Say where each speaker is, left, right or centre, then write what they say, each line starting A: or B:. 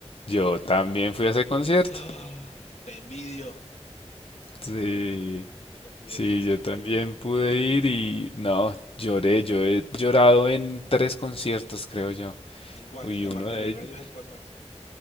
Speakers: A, on the left; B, on the left.
A: yo también fui a ese concierto.
B: Ah, te envidio,
A: Sí,
B: Yo no pude
A: sí,
B: ir.
A: yo también pude ir y no, lloré, yo he llorado en tres conciertos, creo yo.
B: ¿En cuáles?
A: Y
B: Aparte
A: uno de
B: de
A: ellos,
B: Rayos, ¿el cuál más?